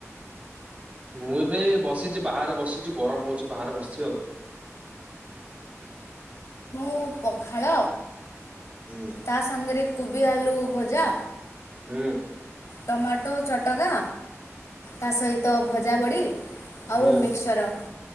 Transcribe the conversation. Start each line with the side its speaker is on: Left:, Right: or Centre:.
Right: ମୁଁ ଏବେ ବସିଚି ବାହାରେ ବସିଚି ଗରମ ହଉଚି ବାହାରେ ବସିଚି ଆଉ।
Left: ମୁଁ ପଖାଳ
Right: ହୁଁ
Left: ତା ସାଙ୍ଗ ରେ କୁବି, ଆଳୁ ଭଜା
Right: ହୁଁ।
Left: ଟମାଟୋ ଚଟକା ତା ସହିତ ଭଜା ବଡ଼ି
Right: ହୁଁ
Left: ଆଉ ମିକ୍ସଚର।